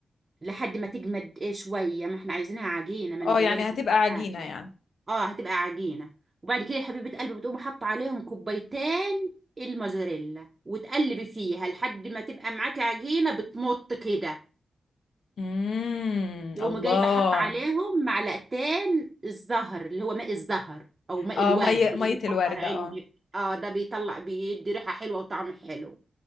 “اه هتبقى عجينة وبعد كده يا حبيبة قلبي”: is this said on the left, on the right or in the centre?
Right